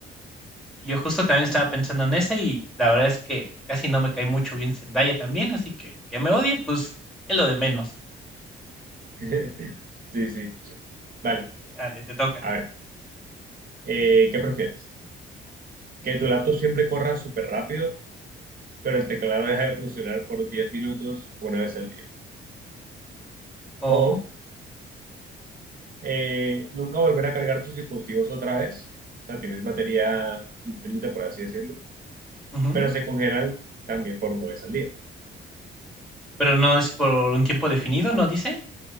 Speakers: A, in the centre; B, on the right.
A: Yo justo también estaba pensando en esa y la verdad es que casi no me cae mucho bien Zendaya también, así que que me odie, pues es lo de menos.
B: <laughs> Sí, sí. Vale,
A: Sale, te toca.
B: a ver. eh, ¿qué prefieres? que tu laptop siempre corra súper rápido, pero el teclado deja de funcionar por 10 minutos una vez al día.
A: O.
B: O eh, nunca volver a cargar tus dispositivos otra vez. O sea, tienes batería infinita, por así decirlo,
A: ujú,
B: pero se congelan también por una vez al día.
A: Pero no es por un tiempo definido, ¿no dice?